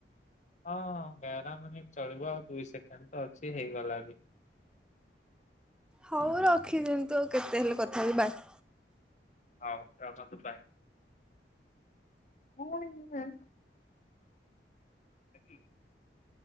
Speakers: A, on the left; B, in the centre.
A: ହଁ ହଁ ଗାର ମିନିଟ ଚଳିବ ଆଉ ଦୁଇ ସେକେଣ୍ଡ ତ ଅଛି ହେଇଗଲା ବି।
B: ହଉ ରଖିଦିଅନ୍ତୁ ଆଉ କେତେ ହେଲେ କଥା ହେବି ବାଏ।
A: ହଉ ରଖନ୍ତୁ ବାଏ। <inaudible>